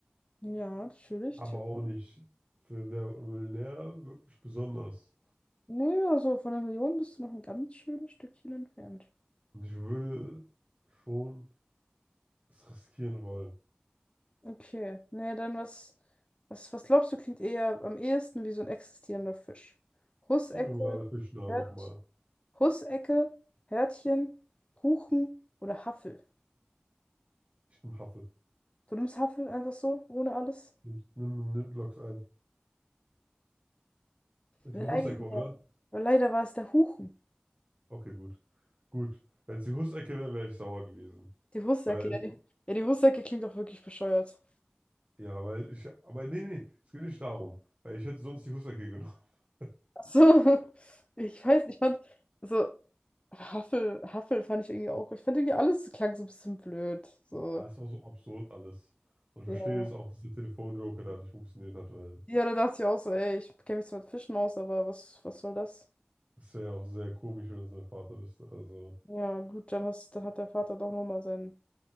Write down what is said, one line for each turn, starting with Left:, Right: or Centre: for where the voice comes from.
Left: ja, natürlich.
Right: aber auch nicht für Wer wird Millionär wirklich besonders.
Left: Nö, also von der Million bist du noch ein ganz schönes Stückchen entfernt.
Right: Und ich würde schon es riskieren wollen.
Left: Okay, naja, dann was, was, was glaubst du, klingt eher am ehesten wie so ein existierender Fisch? Hussecke,
Right: Gib mir mal alle Fischnamen
Left: Hört,
Right: nochmal.
Left: Hussecke, Hörtchen, Huchen oder Haffel.
Right: Ich nehme Haffel.
Left: Du nimmst Haffel einfach so, ohne alles?
Right: Nimm, nimm, nimm Loks ein. Das
Left: Leider.
Right: ist die Hussecke, oder?
Left: Aber leider war es der Huchen.
Right: Okay, gut. Gut. Wenn es die Hussecke wäre, wäre ich sauer gewesen.
Left: Die Hussecke,
Right: Weil,
Left: ja, die, ja, die Hussecke klingt doch wirklich bescheuert.
Right: ja, weil ich, aber nee, nee, es geht nicht darum. Weil ich hätte sonst die Hussecke genommen. <laughs>
Left: Ach so, <laughs> ich weiß, ich fand, so, Haffel, Haffel fand ich irgendwie auch, ich fand irgendwie alles klang so ein bisschen blöd. So,
Right: Ja, es war so absurd alles. Und ich
Left: ja.
Right: verstehe es auch, dass der Telefonjoker da nicht funktioniert hat, weil
Left: Ja, da dachte ich auch so, ey, ich kenne mich zwar mit Fischen aus, aber was, was soll das?
Right: das wäre ja auch sehr komisch, wenn es mein Vater wüsste. Also,
Left: Ja, gut, dann hast, dann hat der Vater doch nochmal seinen